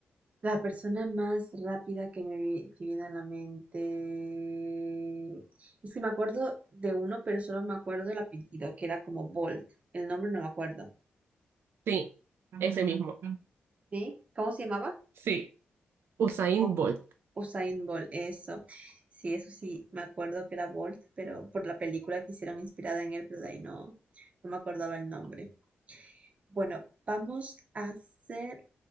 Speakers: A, on the right; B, on the right.
A: La persona más rápida que me vi- que viene a la mente. Es que me acuerdo de uno, pero solo me acuerdo el apellido, que era como Bolt. El nombre no me acuerdo.
B: Sí, ese mismo.
A: ¿Sí? ¿Cómo se llamaba?
B: Sí, Usain
A: Con
B: Bolt.
A: Usain Bolt, eso. Sí, eso sí, me acuerdo que era Bolt, pero por la película que hicieron inspirada en él, pero de ahí no, no me acordaba el nombre. Bueno, vamos a hacer